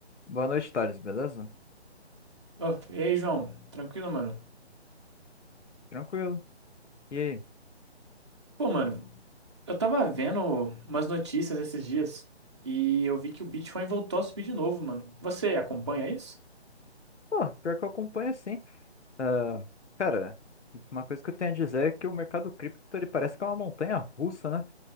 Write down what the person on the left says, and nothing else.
Boa noite, Thales, beleza?
Tranquilo. E aí?
Pô, pior que eu acompanho sim. Ah, cara, uma coisa que eu tenho a dizer é que o mercado cripto ele parece que é uma montanha russa, né?